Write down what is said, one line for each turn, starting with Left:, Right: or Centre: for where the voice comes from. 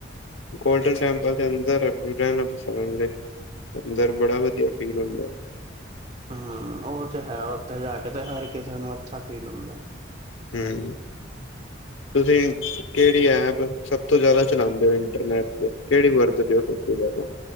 Left: ਗੋਲਡਨ ਟੈਪਲ ਚ ਅੰਦਰ ਰਹਿਣਾ ਪਸੰਦ ਏ। ਅੰਦਰ ਬੜਾ ਵਧੀਆ ਫੀਲ ਹੁੰਦਾ।
Right: ਹਾਂ, ਉਹ ਚ ਹੈ। ਉੱਥੇ ਜਾ ਕੇ ਤੇ ਹਰ ਕਿਸੇ ਨੂੰ ਅੱਛਾ ਫੀਲ ਹੁੰਦਾ।
Left: ਹੂੰ, ਤੁਸੀਂ ਕਿਹੜੀ ਐਪ ਸਭ ਤੋਂ ਜ਼ਿਆਦਾ ਚਲਾਂਦੇ ਓ ਇੰਟਰਨੈਟ ਤੇ ਕਿਹੜੀ ਵਰਤਦੇ ਓ ਸਭ ਤੋਂ ਜ਼ਿਆਦਾ